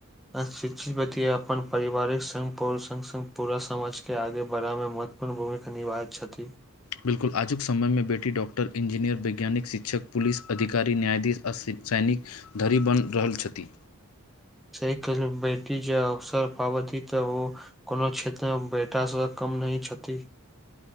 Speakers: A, in the centre; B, on the left.
A: अशिक्षित व्य्त अपन पिवारिक सङ्ग प सङ्ग सङ्ग पूरा समाजके आगे बढ़ाबमे मद अपन भूमिका निभाहैत छथिन
B: बिल्कुल आजुक समयमे बेटी डॉ्क्टर इंजीनियर वैज्ञानिक शिक्षक पुलस अधिकार न्यायाधीश आ सैनिक धरि बनि रहल छथि
A: सही कहलू बेट्री जे अवसर पाबतीी तऽ ओ कोनो क्षेत्रमऽ बेटा सऽ कम नहि छथि